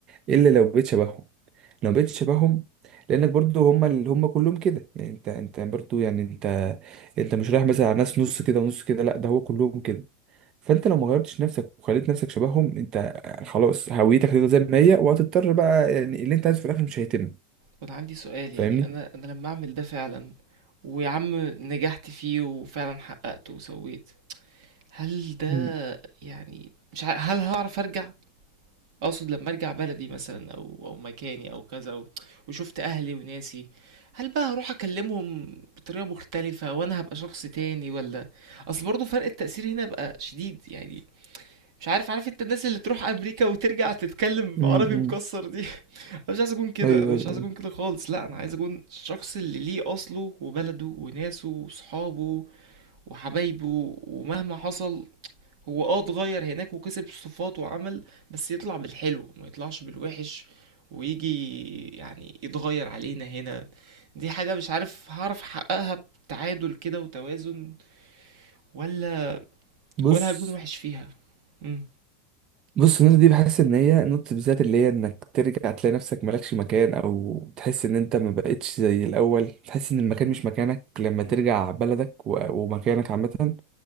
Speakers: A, on the right; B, on the right.
A: الا لو بقيت شبههم لو بقيت شبههم لانك برضو هم اللي هم كلهم كده يعني انت انت برضو يعني انت انت مش رايح مثلا على ناس نص كده ونص كده لا ده هو كلهم كده فانت لو ما غيرتش نفسك وخليت نفسك شبههم انت خلاص هويتك هتفضل زي ما هي وهتضطر بقى يعني اللي انت عايزه في الاخر مش هيتم
B: وانا عندي سؤال
A: فاهمني
B: يعني انا انا لما اعمل ده فعلا ويا عم نجحت فيه وفعلا حققته وسويت هل ده
A: امم
B: يعني مش ع... هل هعرف ارجع اقصد لما ارجع بلدي مثلا او او مكاني او كذا و... وشفت اهلي وناسي هل بقى هروح اكلمهم بطريقه مختلفه وانا هبقى شخص تاني ولا اصل برضه فرق التأثير هنا بقى شديد يعني مش عارف عارف انت الناس اللي تروح امريكا وترجع تتكلم
A: امم
B: عربي مكسر دي <laughs> انا مش عايز اكون كده
A: ايوه
B: انا مش
A: ايوه
B: عايز اكون
A: أيوة.
B: كده خالص لا انا عايز اكون الشخص اللي ليه اصله وبلده وناسه وصحابه وحبايبه ومهما حصل هو اه اتغير هناك وكسب الصفات وعمل بس يطلع بالحلو ما يطلعش بالوحش ويجي يعني يتغير علينا هنا دي حاجة مش عارف هعرف احققها بتعادل كده وتوازن ولا
A: بص
B: ولا هكون وحش فيها امم
A: بص النقطة دي بحس إن هي نقطة بالذات اللي هي إنك ترجع تلاقي نفسك مالكش مكان أو تحس إن أنت ما بقتش زي الأول تحس إن المكان مش مكانك لما
B: امم
A: ترجع بلدك و- ومكانك عامة